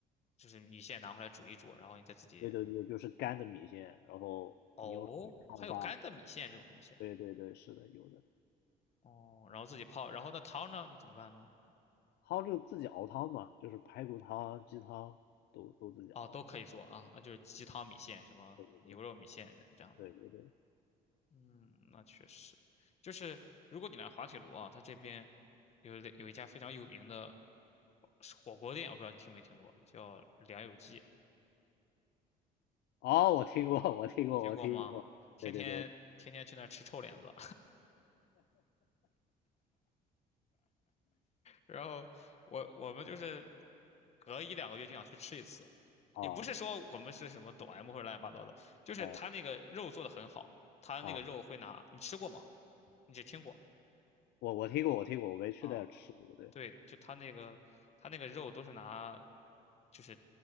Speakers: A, on the left (about 40°); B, on the left (about 75°).
A: 就是米线拿回来煮一煮，然后你再自己。
B: 对对对，就是干的米线，然后你用水泡发。
A: 哦，还有干的米线这种东西啊。
B: 对对对，是的，有的。
A: 哦，然后自己泡，然后那汤呢？你怎么办呢？
B: 还就自己熬汤嘛，就是排骨汤、鸡汤都都自己熬。
A: 哦，都可以做啊，那就是鸡汤米线，什么牛肉米线的这样的。
B: 对对对对对。
A: 嗯，那确实，就是如果你来滑铁卢啊，它这边有一有一家非常有名的火锅店，我不知道你听没听过，叫梁有记，
B: 哦，我听过，我听过，
A: 你听过吗？
B: 我听过。
A: 天天天天去那儿吃臭脸子。
B: 对对对，我
A: 然后我我们就是隔一两个月就想去吃一次，
B: 啊
A: 也不是说我们是什么抖 M 或者乱七八糟的，就是他那个肉做的很好，
B: 啊
A: 他那个肉会拿，
B: 啊，
A: 你吃过吗？你只听过
B: 我我听过，我听过，我没去那儿吃过。
A: 啊？
B: 对
A: 对，就他那个他那个肉都是拿就是